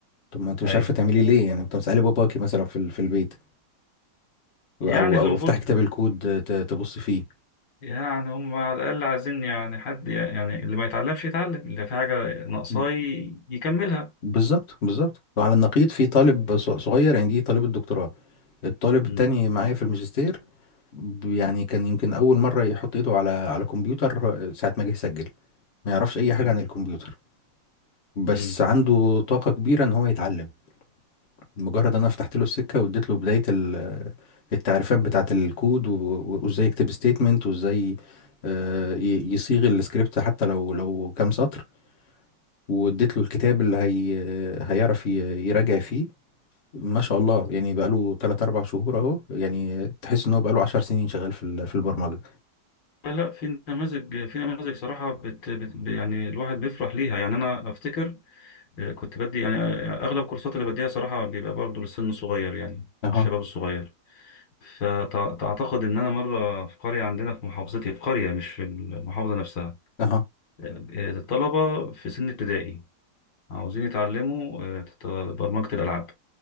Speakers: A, on the left; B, on the left.
A: طب ما انت مش
B: أي
A: عارفه تعمليه ليه يعني انت مسالي باباكي مثلا في ال- في البيت او
B: يعني اللي
A: او
B: المفروض
A: افتح كتاب الكود آه، ت- تبص فيه
B: يعني هم على الأقل عايزين يعني حد يعني اللي ما يتعلمش يتعلم اللي في حاجة ناقصاه
A: ب-
B: ي- يكملها
A: بالظبط بالظبط وعلى النقيض في طالب ص- صغير يعني دي طالب الدكتوراه الطالب
B: مم.
A: التاني معايا في الماجستير ب- يعني كان يمكن اول مره يحط ايده على على كمبيوتر آه، ساعه ما جه يسجل ما يعرفش اي حاجه
B: تمام
A: عن الكمبيوتر بس
B: مم.
A: عنده طاقة كبيرة ان هو يتعلم مجرد انا فتحت له السكة واديت له بداية ال- آه، التعريفات بتاعة الكود و- و- وازاي يكتب ستيتمنت وازاي آه، ي- يصيغ السكريبت حتى لو لو كام سطر واديت له الكتاب اللي هي آه، هيعرف ي- يراجع فيه ما شاء الله يعني بقاله 3 4 شهور اهو يعني تحس ان هو بقاله 10 سنين شغال في ال- في البرمجة
B: لا لا في نماذج في نماذج صراحة بت بت يعني الواحد بيفرح ليها يعني أنا أفتكر آه، كنت بدي يعني آه، أغلب الكورسات اللي بديها صراحة بيبقى برضه للسن الصغير يعني
A: اها
B: الشباب الصغير فتعتقد إن أنا مرة في قرية عندنا في محافظتي في قرية مش في المحافظة نفسها
A: اها
B: آه، آه، الطلبة في سن ابتدائي عاوزين يتعلموا آه، برمجة الألعاب